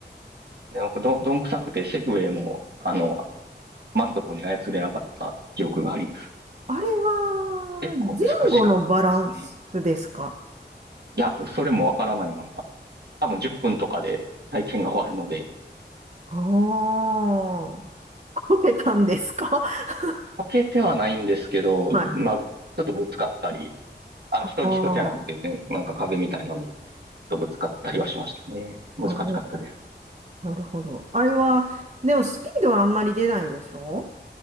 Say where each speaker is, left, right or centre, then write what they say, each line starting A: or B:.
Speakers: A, on the right; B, on the right.
A: で僕ど、どんくさくてセグウェイも、あの、満足に操れなかった記憶があります。
B: あれは、
A: 結構難しかったですね。
B: 前後のバランスですか
A: いや、それもわからないまま、多分10分とかで体験が終わるので、
B: ああー、こけたんですか <laughs>
A: 溶けてはないんですけど、
B: はい。
A: まあ、ちょっとぶつかったり、あの、
B: あ
A: 人、人じゃなくてですね、
B: あ、
A: なんか壁みたいなのに、ちょっとぶつかったりはしましたね。難しかったです。
B: ああ、なるほど。あれは、でもスピードはあんまり出ないでしょ